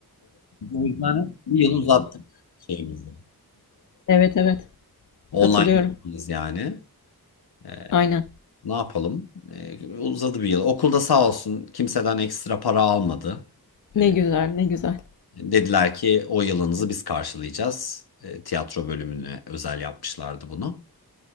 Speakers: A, on the left; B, on the left.
A: O yüzden bir yıl uzattık şeyimizi.
B: Evet evet.
A: Online
B: Katılıyorum.
A: yapamayız yani. Ee,
B: Aynen.
A: ne yapalım? Ee, uzadı bir yıl. Okulda sağ olsun kimseden ekstra para almadı.
B: Ne
A: Ee,
B: güzel ne güzel.
A: dediler ki o yılınızı biz karşılayacağız. Ee, tiyatro bölümüne özel yapmışlardı bunu.